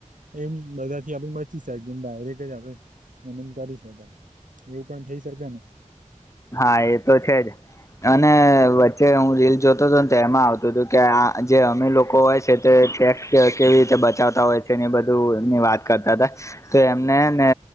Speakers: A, on the right; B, on the left.
A: એમ બધાથી આપડી બચી શકીએ એમ ડાયરેક્ટ જ આપડે એમ કરી શકાય એવું પણ થઇ શકે ને
B: હા એ તો છે, જ અને વચ્ચે હું રીલ જોતો તો ન તો એમાં આવતું હતું કે આ જે અમે લોકો હોય છે. તે ટેક્સ કેવી રીતે બચાવતા હોય છે, એ બધું ની વાત કરતા હતા તો એમને ને